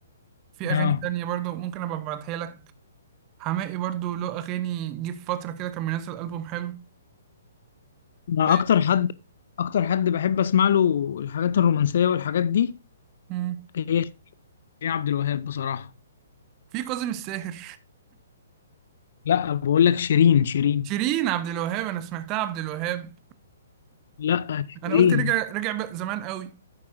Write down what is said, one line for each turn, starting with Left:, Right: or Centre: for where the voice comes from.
Right: في اغاني
Left: اه
Right: تانية برضه ممكن ابقى ابعتها لك حماقي برضه له اغاني جه في فتره كده كان منزل البوم حلو
Left: انا
Right: و...
Left: اكتر حد اكتر حد بحب اسمع له الحاجات الرومانسية والحاجات دي
Right: مم.
Left: هي شيرين عبد الوهاب بصراحة
Right: في كاظم الساهر
Left: لا بقول لك شيرين شيرين
Right: شيرين عبد الوهاب انا سمعتها عبد الوهاب
Left: لا شيرين
Right: انا قلت رجع رجع بقى زمان قوي